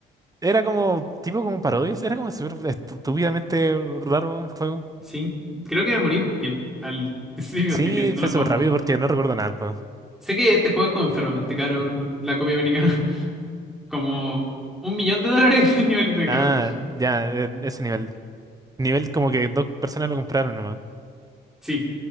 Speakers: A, on the right (about 20°); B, in the centre.
A: Era como. Tipo como parodias. Era como súper estúpidamente raro el juego.
B: Sí, creo que me morí bien al <laughs> principio,
A: Sí,
B: así que no
A: fue
B: lo
A: súper
B: juego mucho.
A: rápido porque no recuerdo nada del juego.
B: Sé que este juego es como enfermamente caro, la copia americana. <laughs> Como un millón de dólares el nivel de
A: Ah,
B: caro.
A: ya, eh, ese nivel. Nivel como que dos personas lo compraron nomás.
B: Sí,